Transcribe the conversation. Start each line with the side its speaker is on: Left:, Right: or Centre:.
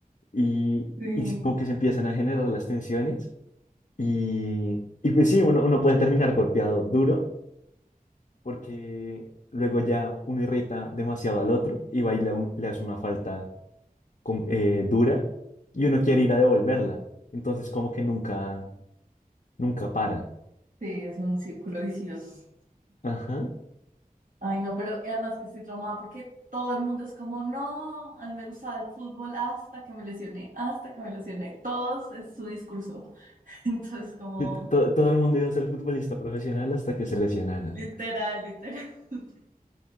Left: y,
Right: Sí,
Left: y como que se empiezan a generar las tensiones. Y, y pues sí, uno, uno puede terminar golpeado duro porque luego ya uno irrita demasiado al otro y va y le, le hace una falta com- eh, dura y uno quiere ir a devolverla. Entonces como que nunca, nunca para.
Right: sí, es un círculo vicioso.
Left: Ajá.
Right: Ay, no, pero y además que estoy traumada porque todo el mundo es como, no, a mí me gustaba el fútbol hasta que me lesioné, hasta que me lesioné. Todos es su discurso. <laughs> Entonces, como,
Left: Y t- to- todo el mundo iba a ser futbolista profesional hasta que se lesionaran.
Right: literal, literal. <laughs>